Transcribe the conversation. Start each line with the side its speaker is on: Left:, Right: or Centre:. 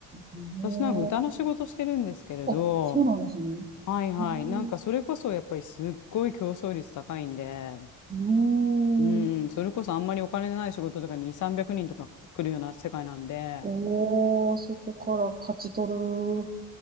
Right: うん
Left: 私なんか歌の仕事してるんですけれど、
Right: あ、そうなんですね。
Left: はいはい。
Right: うん
Left: なんかそれこそやっぱりすっごい競争率高いんで、
Right: うーん。
Left: うん、それこそあんまりお金のない仕事とかに2、300人とか来るような世界なんで、
Right: おー、そこから勝ち取る